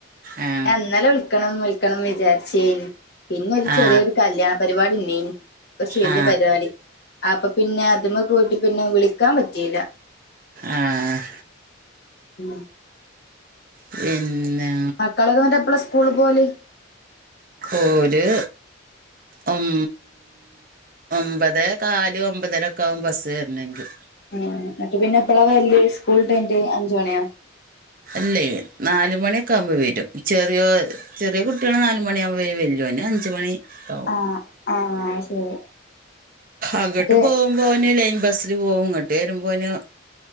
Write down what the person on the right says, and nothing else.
ആ
ആ
ആ
ആഹ്
പിന്നെ
ഓല് ഒം ഒമ്പതേ കാല് ഒമ്പതരൊക്കെ ആകും ബസ്സ് വരണെങ്കി
അല്ലേയ് നാലുമണിയൊക്കാവുമ്പോ വരും ചെറിയോ ചെറിയ കുട്ട്യാള് നാല് മണിയാവുമ്പോ വല്ല്യോനഞ്ച് മണിക്കാവും
അങ്ങട്ട്
പോവുമ്പോന് ലൈൻ ബസില് പോവും ഇങ്ങട്ട് വരുമ്പോന്